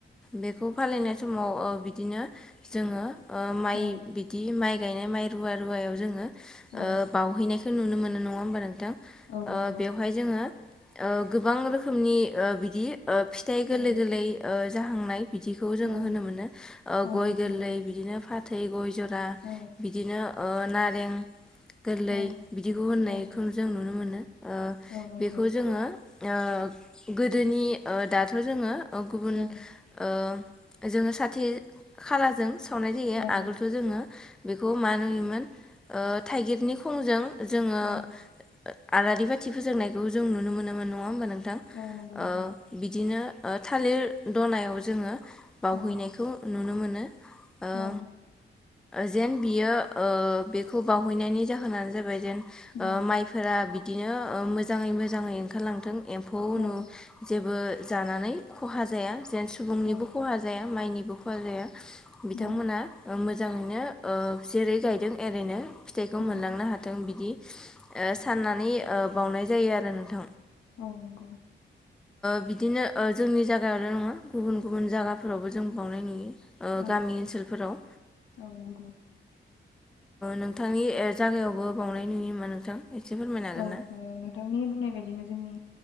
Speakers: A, in the centre; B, on the left.
A: बेखौ फालिनाय समाव ओ बिदिनो जोङो ओ माइ
B: औ
A: बिदि माइ गायनाय माइ रुवा रुवायाव जोङो
B: औ
A: ओह बावहैनायख नुनो मोनो नङा होमबा नोंथां
B: औ नंगौ
A: ओह बेवहाय जोङो ओ गोबां रोखोमनि ओ बिदि ओ फिथाइ
B: औ
A: गोरलै गोरलै ओ जाहांनाय बिदिखौ जोङो
B: औ
A: होनो मोनो ओ
B: औ
A: गय
B: नंगौ
A: गोरलै बिदिनो फाथै गय ज रा
B: औ
A: बिदिनो ओ नारें गोरलै
B: औ
A: बिदिखौ होननायखौ
B: औ
A: जों नुनो मोनो ओ
B: औ नंगौ
A: बेखौ जोङो ओ गोदोनि ओ दाथ' जोङो ओ गुबुन
B: औ
A: ओ जोङो साथि खालाजों सावनाय जायो
B: औ
A: आगोलथ' जोङो बेखौ मा नुयोमोन ओ थाइगिरनि खंजों जोङो
B: औ
A: ओ आलारि बाथि फोजोंनायखौ जों नुनो मोनोमोन नङा होमबा नों थां
B: औ नंगौ नोंथां
A: ओ बिदिनो ओ थालिर दनायाव जोङो बावहैनायखौ
B: औ
A: <unintelligible> नुनो मोनो ओ
B: औ
A: जेन बियो ओ बेखौ बावहैनायनि जाहोनानो जाबाय जेन ओ
B: औ
A: माइफोरा बि बिदिनो ओं मोजाङै मोजाङै ओंखारलांथों एम्फौ
B: औ
A: नु जेब बो जानानै खहा जाया जेन सुबुंनिबो
B: औ
A: खहा जाया माइनि बो खहा जाया बिथांमोना
B: औ
A: मोन मोजाङैनो ओह जेरै गायदों एरैनो फिथाइखौ
B: औ
A: मोनलांनो हाथों बिदि साननानै ओ बावनाय जायो आरो नोंथां।
B: औ नंगौ
A: बिदिनो जोंनि जायगायावल' नङा गुबुन गुबुन जायगाफोरावबो जों बावनाय नुयो।
B: औ
A: गामि ओनसोलफोराव
B: औ नंगौ
A: नोंथांनि जायगायावबो बावनाय नुयो नामा नोंथां एसे फोरमायनो हागोन
B: औ
A: ना?
B: नोंथांनि बुंनाय बायदिनो जोंनि